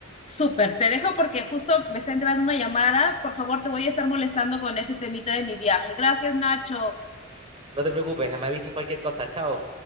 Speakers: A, on the left (about 35°); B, on the right (about 30°).
A: Súper, te dejo porque justo me está entrando una llamada. Por favor, te voy a estar molestando con este temita de mi viaje. Gracias, Nacho.
B: No te preocupes, me avisas cualquier cosa. Chao.